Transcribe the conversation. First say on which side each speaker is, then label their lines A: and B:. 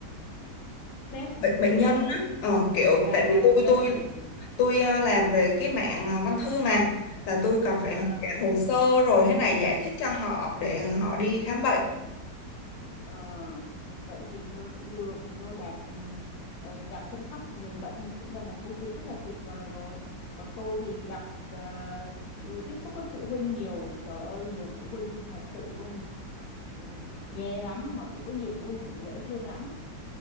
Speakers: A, on the left (about 70°); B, on the left (about 85°).
A: sếp
B: bệnh bệnh nhân
A: đúng không
B: á. Ờ, kiểu
A: à
B: tại
A: à
B: vì
A: bệnh
B: tôi
A: nhân
B: tôi
A: à à.
B: tôi ờ, làm về cái mạng ờ, văn thư mà là tôi cần phải
A: à.
B: học cả
A: Ờ.
B: hồ sơ rồi thế này giải thích cho họ để họ đi khám bệnh
A: Ờ, vậy thì cơ- cũng được thì thôi bạc ừ, ờ, gặp chăm sóc người bệnh thì cũng là một công việc rất là tuyệt vời rồi còn tôi thì gặp ờ, ừ, tiếp xúc với phụ huynh nhiều trời ơi nhiều phụ huynh thật sự luôn ừ, ghê lắm mà cũng có nhiều phụ huynh cũng dễ thương lắm